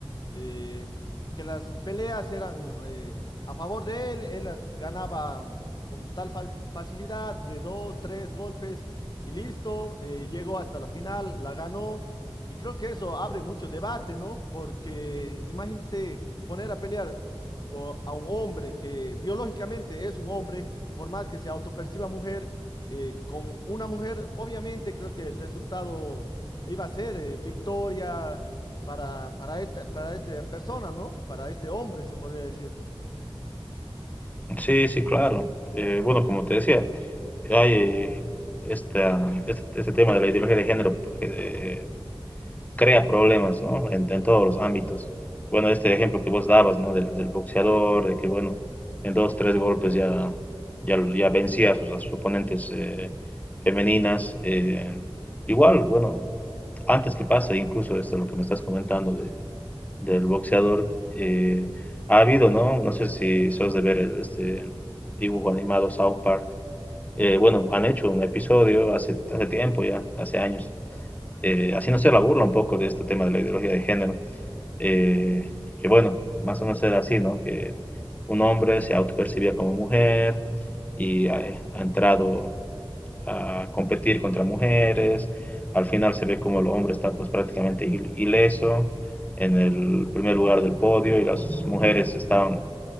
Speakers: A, on the left; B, on the left.
A: eh, que las peleas eran eh, a favor de él, él las ganaba con tal fal- facilidad de dos, tres golpes y listo, eh, llegó hasta la final, la ganó y creo que eso abre mucho debate, ¿no? Porque imagínate poner a pelear o, a un hombre que biológicamente es un hombre, por más que se autoperciba mujer, eh, con una mujer, obviamente creo que el resultado iba a ser eh, victoria para, para, este, para esta persona, ¿no? Para este hombre, se podría decir.
B: Sí, sí, claro. Eh, bueno, como te decía, hay eh, esta, este, este tema de la ideología de género, que, eh, crea problemas, ¿no? En, en todos los ámbitos. Bueno, este ejemplo que vos dabas, ¿no? Del, del boxeador, de que, bueno, en dos, tres golpes ya, ya, ya vencía a sus, a sus oponentes eh, femeninas. Eh, igual, bueno, antes que pase, incluso este, lo que me estás comentando de, del boxeador, eh, ha habido, ¿no? No sé si sos de ver el, este dibujo animado South Park. Eh, bueno, han hecho un episodio hace, hace tiempo ya, hace años, eh, haciéndose la burla un poco de este tema de la ideología de género, eh, que bueno, más o menos era así, ¿no? Que un hombre se autopercibía como mujer y ha, ha entrado a competir contra mujeres, al final se ve como el hombre está pues prácticamente ileso en el primer lugar del podio y las mujeres estaban